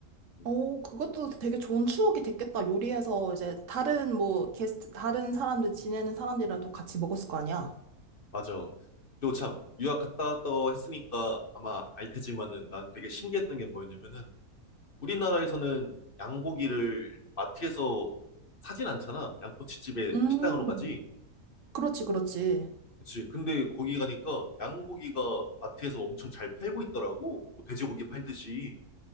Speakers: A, on the left; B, on the right.
A: 음.
B: 어, 그것도 되게 좋은 추억이 됐겠다. 요리해서 이제 다른 뭐 게스트, 다른 사람들 지내는 사람들이랑도 같이 먹었을 거 아니야?
A: 맞아. 그리고 참, 유학 갔다 왔다 했으니까 아마 알 테지만은 난 되게 신기했던 게 뭐였냐면은 우리나라에서는 양고기를 마트에서 사진 않잖아. 양꼬치집에
B: 음,
A: 식당으로 가지.
B: 그렇지, 그렇지.
A: 그치. 근데 거기 가니까 양고기가 마트에서 엄청 잘 팔고 있더라고. 뭐 돼지고기 팔듯이.